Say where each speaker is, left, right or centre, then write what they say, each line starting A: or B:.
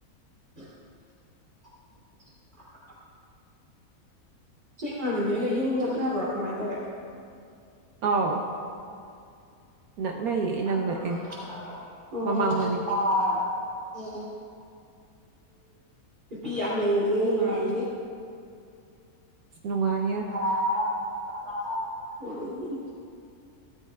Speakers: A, on the right (about 35°); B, on the right (about 75°).
A: <unintelligible> <unintelligible> ꯆꯦ ꯏꯃꯥꯟꯅꯕꯤ ꯈꯣꯏꯒ ꯌꯨꯝ ꯅꯛꯅꯕ꯭ꯔꯣ ꯀꯃꯥꯏꯅ ꯇꯧꯒꯦ
B: ꯑꯥꯎ ꯅꯛꯅꯩꯌꯦ
A: <unintelligible>
B: ꯏꯅꯛ ꯅꯛꯑꯦ ꯃꯃꯥꯡ ꯃꯅꯤꯡ
A: ꯑꯣ ꯑꯣ ꯅꯨꯄꯤ ꯌꯥꯝ ꯂꯩꯕꯅꯤꯅ ꯅꯨꯡꯉꯥꯏꯔꯝꯅꯤ
B: ꯑꯁ ꯅꯨꯡꯉꯥꯏ
A: <unintelligible>